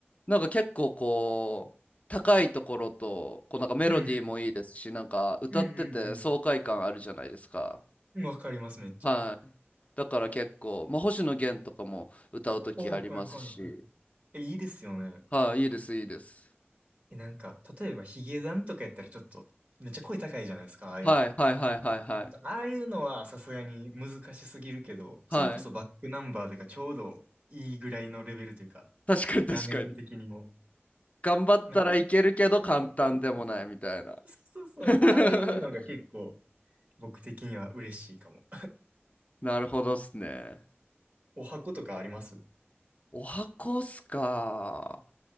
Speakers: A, on the left; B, on the right.
A: なんか結構こう、高いところと、こうなんかメロディーもいいですし、
B: うんうん。
A: なんか歌ってて爽快感あるじゃないですか。
B: うんうんうん。わかります、めっちゃ。
A: はい。だから結構、まあ、星野源とかも歌う時ありますし、
B: お、はいはいはいえ、いいですよね。
A: はい、いいです、いいです。
B: え、なんか、例えばヒゲダンとかやったらちょっと、めっちゃ声高いじゃないですか、ああいうの。
A: はい、はい、はい、はい、はい。
B: ああいうのはさすがに難しすぎるけど、
A: はい。
B: それこそバックナンバーとかちょうどいいぐらいのレベルというか、
A: 確かに確かに。
B: 難易度的にも。
A: 頑張ったらいけるけど簡単でもないみたいな。
B: なんか歌ってて、うん、そうそうそう。<laughs> そうそうそう。
A: <laughs>
B: ああいうのが結構僕的には嬉しいかも。
A: なるほどっすね。
B: <laughs> お箱とかあります
A: お箱っすか。